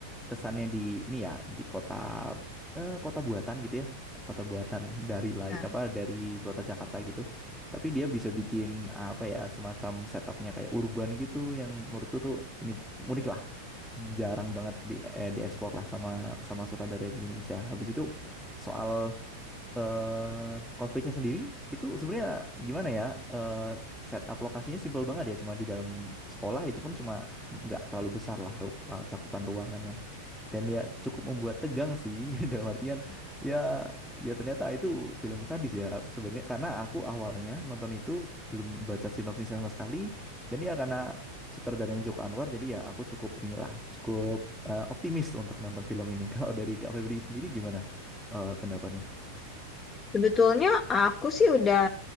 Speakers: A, in the centre; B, on the left.
A: kesannya di ini ya di kota eh, kota buatan gitu ya kota buatan dari
B: Ya.
A: lai apa dari kota Jakarta gitu tapi dia bisa bikin apa ya semacam setupnya kayak urban gitu yang menurutku tuh ini unik lah jarang banget di eh, dieksplor lah sama sama sutradara di Indonesia habis itu soal eh konfliknya sendiri itu sebenarnya gimana ya eh setup lokasinya simple banget ya cuma di dalam sekolah itu pun cuma nggak terlalu besar lah ru eh, cakupan ruangannya dan ya cukup membuat tegang sih <laughs> dalam artian ya ya ternyata itu film sadis ya sebenarnya karena aku awalnya nonton itu belum baca sinopsisnya sama sekali dan ya karena sutradaranya Joko Anwar jadi ya aku cukup inilah cukup eh, optimis untuk nonton film ini <laughs> kalau dari Kak Febri sendiri gimana eh, pendapatnya?
B: Sebetulnya aku sih udah